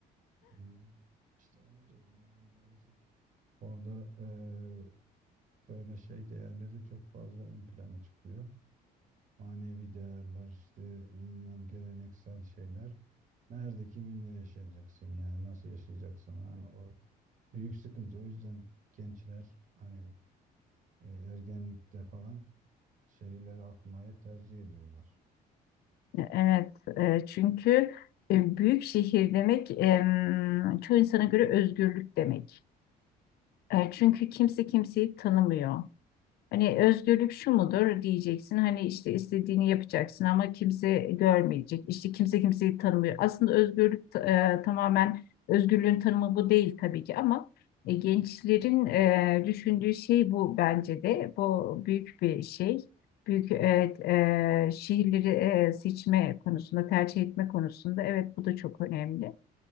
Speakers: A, on the right; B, on the left.
A: Yani işte onu diyorum yani birazcık orada eee böyle şey değerleri çok fazla ön plana çıkıyor. Manevi değerler işte bilmem geleneksel şeyler. Nerede kiminle yaşayacaksın yani nasıl yaşayacaksın? Yani Büyük sıkıntı. O yüzden gençler hani e, ergenlikte falan şehirlere akmaya tercih ediyorlar.
B: Evet, e, çünkü e, büyük şehir demek e, çoğu insana göre özgürlük demek. E, Çünkü kimse kimseyi tanımıyor. Hani özgürlük şu mudur diyeceksin. Hani işte istediğini yapacaksın ama kimse görmeyecek. İşte kimse kimseyi tanımıyor. Aslında özgürlük e, tamamen özgürlüğün tanımı bu değil tabii ki ama e, gençlerin e, düşündüğü şey bu bence de. Bu büyük bir şey. Büyük evet, e, şehirleri e, seçme konusunda, tercih etme konusunda evet bu da çok önemli.